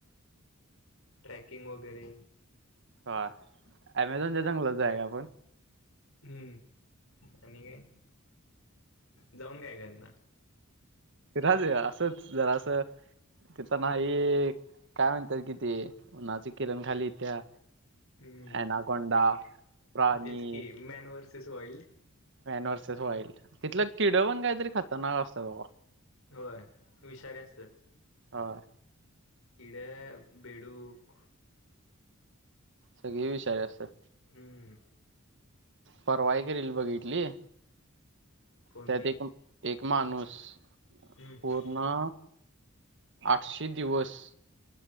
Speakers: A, on the left; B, on the right.
A: ट्रॅकिंग वगैरे
B: ह अँमेझॉनच्या जंगलात जाऊया काय आपण?
A: हम्म आणि काय जाऊन काय करणार?
B: राजे असंच जरास तिथ नाही..., काय म्हणत्यात कि ती उन्हाची किरण खाली इत्या.
A: हम्म
B: ऍनाकोंडा, प्राणी
A: तेच की man versus wild.
B: Man versus wild, तिथलं किड पण काहीतरी खतरनाक असत्यात बाबा.
A: होय विषारी असत्यात.
B: हा.
A: किडे, बेडूक
B: सगळी विषारी असत्यात.
A: हम्म
B: परवा एक रील बघित तली,
A: कोणती
B: त्यात एक -एकमाणूस पो
A: हम्म
B: पुन्हा आठशे दिवस.